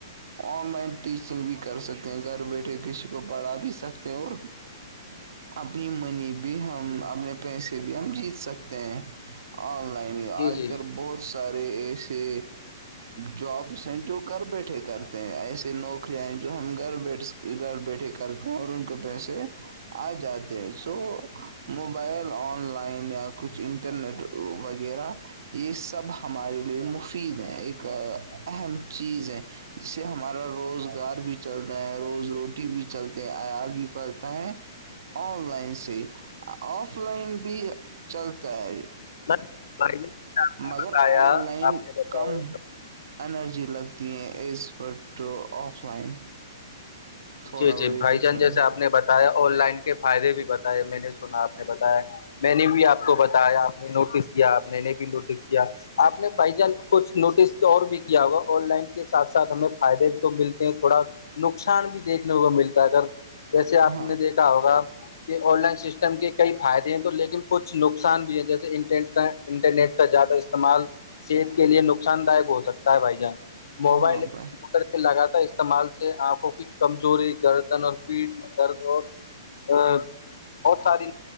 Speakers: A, on the right; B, on the left.
A: آن لائن ٹیچنگ بھی کر سکتے ہیں گھر بیٹھے کسی کو بڑھا بھی سکتے ہیں اور
B: ہ
A: اپنی منی بھی ہم اپنے پیسے بھی ہم جیت سکتے ہیں اور ینی آج
B: جی
A: کل بہت سارے ایسے جابس ہیں جو کر بیٹھے کرتے ہیں ایسے لو کھئے جو ہم گھر بیھ گھر بیٹھے کرتے ہیں اور ان کے پیسے آ جاتے ہیں سو موبائل آن لائن یا کچھ انٹرنیٹ وہ وغیرہ یہ سب ہمارے لیے مفید ہے ایک اہم چیز ہے جس سے ہمارا روزگار بھی چلتا ہے روز روٹی بھی چلتے ہیں آیات بھی پلتا ہے آن لائن سے آف لائن بھی چلتا ہے
B: بتایا
A: مگر آن لائن
B: آپ نے بتایا
A: کم انرجی لگتی ہیں ایزپ ٹو آف لائن <unintelligible> تھوڑا
B: جی جی
A: وہی
B: بھائی
A: ڈفرنٹ
B: جان جیسے آپ نے بتا <unintelligible> آن لائن کے فائدے بھی بتاائے میں نے سنا آپ نے بتایا میں نے بھی آپ کو بتا <unintelligible> یا آپ نے نوٹس کیا آپ نے بھی نوٹس کیا آپ نے بائی جان کچھ نوٹس <unintelligible> اور بھی کیا ہوگا آن لائن کے سھ ساتھ ہمیں فائدے بھی تو ملتے ہیں تھوڑا نقصان بھی دیکھنے کو ملتا اگر جیسے آپ
A: ہاں
B: نے دیکھا ہوگا <unintelligible> کہ آن لائن سسٹم کے کئی فائدے ہیں تو لیکن کچھ نقصان بھی ہے جیسے انٹرنیٹ کا انٹرنیٹ کا زیادہ استعمال صحت کے لیے نقصان داک ہو سکتا ہے بھائی جان موبائل
A: ہاں
B: کمپوٹر
A: بھائی
B: لگاتار استعمال سے آنکھوں کی کمزوری گردن اور پیٹ درد اور ا بہت ساری